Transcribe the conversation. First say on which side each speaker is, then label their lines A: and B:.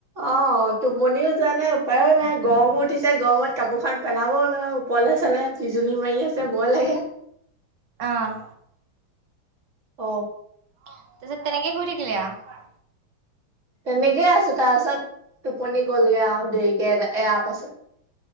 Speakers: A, on the right; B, on the right.
A: অ তু টোপনিও যোৱা নাই উপায়ো নাই গৰমো উঠিছে গৰমত কাপোৰ খন পেলাবও নোৱাৰো ওপৰলে চালহে বিজুলী মাৰি আছে ভয় লাগে
B: অহ
A: অ
B: তাৰ পাছত তেনেকে শুই থাকিলি আৰু
A: তেনেকে আছো তাৰ পিছত টোপনি গলগে আৰু দেৰিকে এ আপ আছে